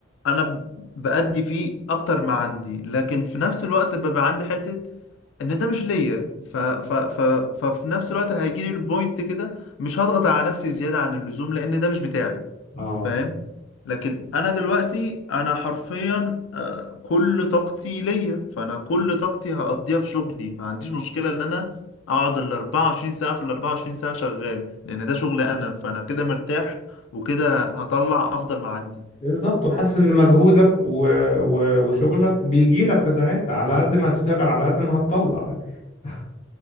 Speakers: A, on the left; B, on the left.
A: انا ب- بأدي فيه اكتر ما عندي لكن في نفس الوقت ببقى عندي حتة ان ده مش ليا ف ف ف ففي نفس الوقت هيجي لي البوينت كده مش هضغط على نفسي زيادة عن اللزوم لان ده مش بتاعي
B: اه
A: فاهم لكن انا دلوقتي انا حرفيا آه، كل طاقتي ليا فانا كل طاقتي هقضيها في شغلي ما عنديش مشكلة ان انا اقعد ال 24 ساعة في ال 24 ساعة شغال لان ده شغلي انا فانا كده مرتاح وكده هطلع افضل ما عندي
B: بالظبط وحاسس ان مجهودك و... و... وشغلك بيجي لك في ساعتها على قد ما هتشتغل على قد ما هتطلع <laughs>